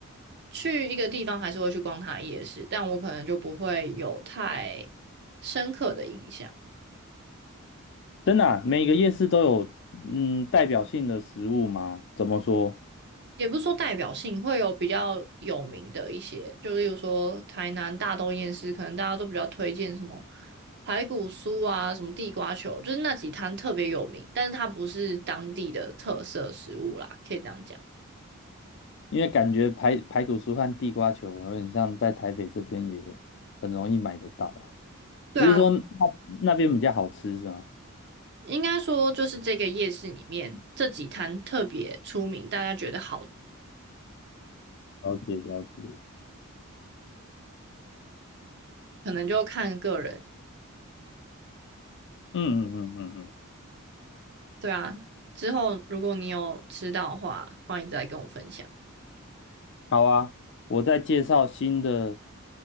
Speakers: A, on the right; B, on the left.
A: 去一个地方还是会去逛它的夜市，但我可能就不会有太深刻的印象，
B: 真的啊每个夜市都有嗯代表性的食物吗？怎么说？
A: 也不是说代表性，会有比较有名的一些，就例如说台南大东夜市，可能大家都比较推荐什么排骨酥啊，什么地瓜球，就是那几摊特别有名，但是它不是当地的特色食物啦，可以这样讲。
B: 因为感觉排排骨酥和地瓜球有点像在台北这边也很容易买得到啊，
A: 对啊，
B: 只是说那那边比较好吃是吗？
A: 应该说，就是这个夜市里面这几摊特别出名，大家觉得好，
B: 了解了解。
A: 可能就看个人。
B: 嗯嗯嗯嗯嗯，
A: 对啊，之后如果你有吃到的话，欢迎再跟我分享。
B: 好啊，我再介绍新的